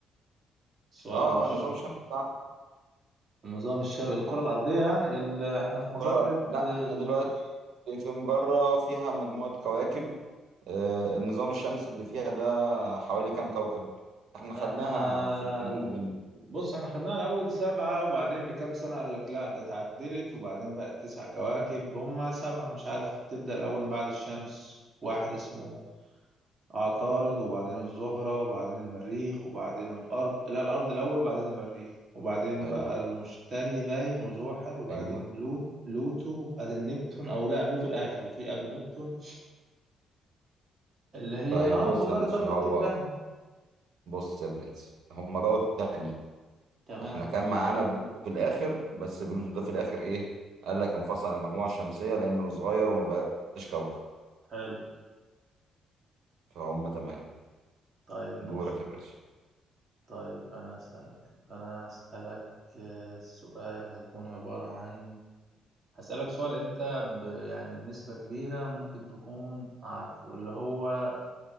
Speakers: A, on the right (about 40°); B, on the right (about 70°).
A: السؤال
B: اه
A: مش
B: آه، نظام الشمس بتاعنا
A: النظام الشمسي الكرة الأرضية يعني ال... احنا في مجرة
B: ك- لا
A: اه،
B: احنا دلوقتي في مجرة فيها مجموعة كواكب آه، النظام الشمس اللي فيها ده حوالي كام كوكب احنا خدناها
A: احنا
B: في العلوم زمان
A: بص احنا خدناها الأول سبعة وبعدين بكام سنة قال لك لا ده اتعدلت وبعدين بقت تسع كواكب هما سبعة مش عارف تبدأ الأول من بعد الشمس واحد اسمه عطارد وبعدين الزهرة وبعدين المريخ وبعدين الأرض لا الأرض الأول وبعدين المريخ وبعدين
B: حلو
A: بقى المشتري باين وزحل وبعدين
B: ايوه
A: بلوت بلوتو وبعدين نبتون أو لا بلوتو الآخر وفي قبله نبتون اللي هي
B: طيب
A: اه
B: بص
A: مجرة
B: يا باشا
A: درب
B: هو
A: التبانة
B: بص يا برنس هما بقوا تاني
A: تمام
B: احنا كان معانا بلوتو في الاخر بس بلوتو ده في الاخر ايه قال لك انفصل عن المجموعه الشمسيه لانه صغير وما بقاش كوكب
A: حلو
B: فهم تمانية
A: طيب ماشي
B: دورك يا باشا
A: طيب أنا هسألك أنا هسألك آه، السؤال هيكون عبارة عن هسألك سؤال أنت ب... يعني بنسبة كبيرة ممكن تكون عارفه اللي هو